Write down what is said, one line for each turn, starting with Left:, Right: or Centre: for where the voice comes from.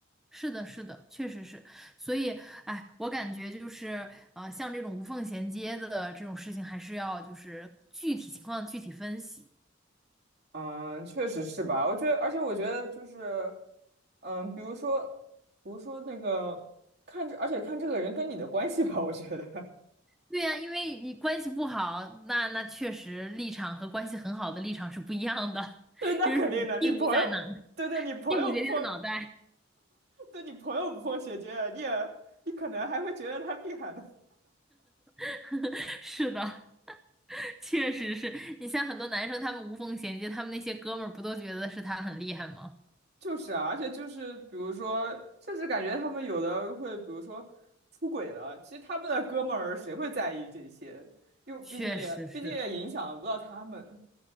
Centre: 是的，是的，确实是，所以，哎，我感觉就是，呃，像这种无缝衔接的这种事情，还是要就是具体情况具体分析。
Right: 嗯，确实是吧？我觉得，而且我觉得就是，嗯，比如说，比如说那个看着，而且看这个人跟你的关系吧，我觉得。
Centre: 对呀，因为你关系不好，那那确实立场和关系很好的立场是不一样的，<laughs>
Right: 对，那肯定的。
Centre: 就是你屁股在哪儿，
Right: 你朋友，对对，你朋友不缝，
Centre: 屁股决定脑袋。
Right: 对你朋友无缝衔接，你也，你可能还会觉得他厉害的。
Centre: <laughs> 是的，确实是你像很多男生，他们无缝衔接，他们那些哥们儿不都觉得是他很厉害吗？
Right: 就是啊，而且就是，比如说，甚至感觉他们有的会，比如说出轨了，其实他们的哥们儿谁会在意这些？又毕竟也，
Centre: 确实是，
Right: 毕竟也影响不到他们。